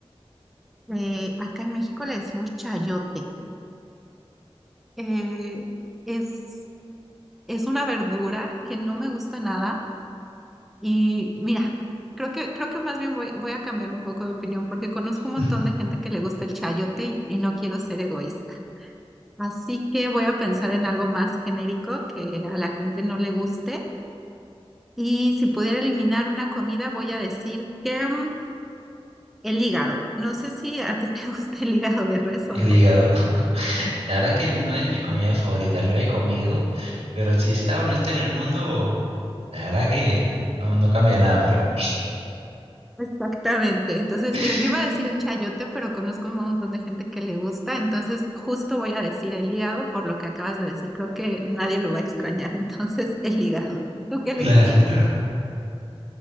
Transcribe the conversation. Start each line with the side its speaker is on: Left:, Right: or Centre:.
Centre: Eh, acá en México le decimos chayote. Eh, es, es una verdura que no me gusta nada. Y mira, creo que, creo que más bien voy, voy a cambiar un poco de opinión porque conozco
Right: <laughs>
Centre: un montón de gente que le gusta el chayote y, y no quiero ser egoísta. Así que voy a pensar en algo más genérico que a la gente no le guste. Y si pudiera eliminar una comida, voy a decir que mm, el hígado. No sé si a ti <laughs> te gusta el hígado de res
Right: El
Centre: o no.
Right: hígado. <laughs> La verdad que no es mi comida favorita, lo he comido, pero si está o no está en el mundo, la verdad que no, no cambia nada para mí.
Centre: Exactamente. Entonces, te digo,
Right: <laughs>
Centre: yo iba a decir el chayote, pero conozco un montón de gente que le gusta, entonces justo voy a decir el hígado por lo que acabas de decir. Creo que nadie lo va a extrañar, <laughs> entonces el hígado. ¿Tú qué elegirías?
Right: Claro, claro.